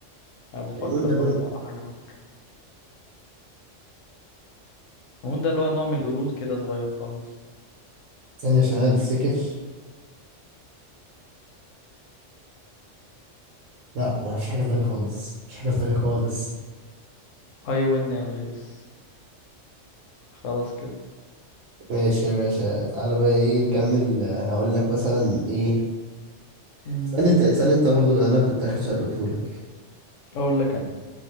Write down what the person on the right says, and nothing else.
ميمون ده
نوع
ثانية عشان انا بفتكر لا ما فيش حاجة في بالي خالص مفيش حاجة في بالي خالص
ماشي يا باشا تعالى بقى ايه نكمل آه، هقول لك مثلا ايه
اسألني انت اسألني انت برضو انا كنت اخر سؤال قلته لك